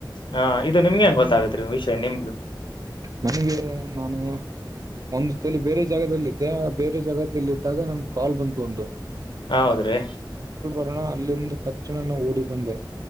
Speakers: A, on the left (about 85°); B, on the right (about 50°).
A: ಹಾ ಇದು ನಿಮ್ಗೆ ಹೆಂಗ್ ಗೊತ್ತಾಗತ್ರಿ ವಿಷಯ ನಿಮ್ಗೆ.
B: ನನಗೆ ನಾನು ಒಂದು ತಲಿ ಬೇರೆ. ಜಾಗದಲ್ಲಿ ಬೇರೆ ಜಾಗದಲ್ಲಿ ಇದ್ದಾಗ ನಮ್ಗೆ ಕಾಲ್ ಬಂತು ಒಂದು.
A: ಹ ಹೌದ್ರೀ.
B: ೋಣ ಅಲ್ಲಿಂದ ತಕ್ಷಣನ ಓಡಿ ಬಂದೆ.